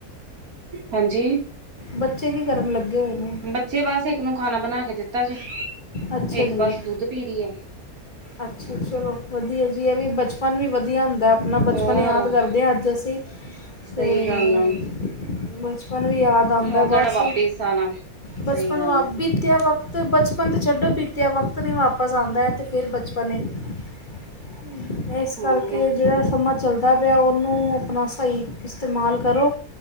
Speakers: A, on the right (about 75°); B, on the left (about 35°).
A: ਹਾਂਜੀ।
B: ਬੱਚੇ ਕੀ ਕਰਨ ਲੱਗੇ ਹੋਏ ਨੇ?
A: ਬੱਚੇ ਬਸ ਇੱਕ ਨੂੰ ਖਾਣਾ ਬਣਾ ਕੇ ਦਿੱਤਾ ਜੇ
B: ਅੱਛਾ
A: ਇੱਕ
B: ਜੀ
A: ਬਸ ਦੁੱਧ ਪੀ ਰਹੀ ਆ।
B: ਅੱਛਾ ਚਲੋ ਵਧੀਆ ਜੀ ਹੈ ਵੀ ਬਚਪਨ ਵੀ ਵਧੀਆ ਹੁੰਦਾ ਆਪਣਾ ਬਚਪਨ
A: ਹੋਰ
B: ਯਾਦ ਕਰਦੇ ਹਾਂ ਅੱਜ ਅਸੀਂ। ਅਤੇ
A: ਸਹੀ ਗੱਲ ਆ।
B: ਬਚਪਨ ਵੀ ਯਾਦ ਆਉਂਦਾ
A: ਉਹ ਕਿਹੜਾ
B: ਬਸ
A: ਵਾਪਿਸ ਆਣਾ
B: ਬਚਪਨ
A: ਸਹੀ ਗੱਲ
B: ਆਪ
A: ਆ।
B: ਬੀਤਿਆ ਵਾਂ ਬਚਪਨ ਤੋਂ ਛੱਡੋ ਬੀਤਿਆ ਵਕਤ ਨਹੀਂ ਵਾਪਸ ਆਉਂਦਾ ਹੈ। ਫਿਰ ਬਚਪਨ ਹੈ ਇਸ ਕਰਕੇ
A: ਹੂੰ ਉਹੀ ਨਾ
B: ਜਿਹੜਾ ਸਮਾਂ ਚੱਲਦਾ ਪਿਆ ਉਹਨੂੰ ਆਪਣਾ ਸਹੀ ਇਸਤੇਮਾਲ ਕਰੋ